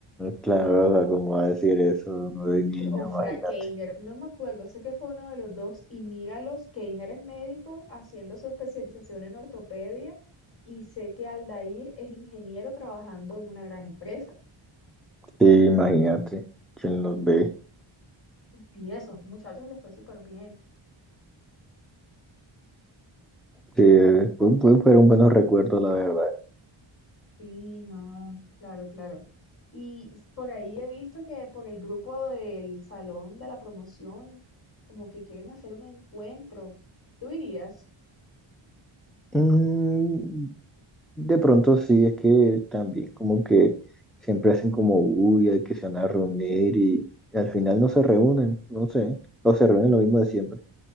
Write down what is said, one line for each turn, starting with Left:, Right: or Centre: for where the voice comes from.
Centre: Claro,
Left: No.
Centre: o sea, ¿cómo va a decir eso? No de niño,
Left: cre- o fue
Centre: imagínate.
Left: a Keiner, no me acuerdo, sé que fue uno de los dos, y míralos, Keiner es médico haciendo su especialización en ortopedia, y sé que Aldair es ingeniero trabajando en una gran empresa.
Centre: Sí, imagínate. ¿Quién los ve?
Left: Y esos muchachos les fue súper bien.
Centre: Sí, eh, fu- fu- fueron buenos recuerdos, la verdad.
Left: Sí, no, claro, claro. Y s- por ahí he visto que por el grupo del salón de la promoción, como que quieren hacer un encuentro. ¿Tú irías?
Centre: Mm, de pronto sí, es que también como que siempre hacen como uy, hay que se van a reunir y, y al final no se reúnen, no sé. O se reúnen lo mismo de siempre.